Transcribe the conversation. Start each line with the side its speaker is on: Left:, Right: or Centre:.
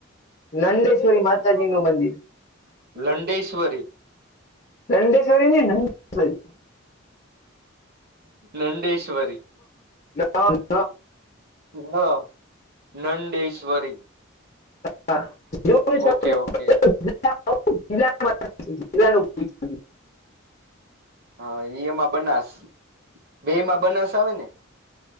Left: નંદેશ્વરી માતાજીનું મંદિર.
Right: લંડેશ્વરી?
Left: દંડેશ્વરી ની <inaudible> <inaudible>
Right: લંડેશ્વરી.
Left: ના
Right: ના નંડેશ્વરી.
Left: <inaudible>
Right: ઓકે ઓકે
Left: <inaudible>
Right: હા એમાં બનાસ બેયમાં બનાસ આવે ને?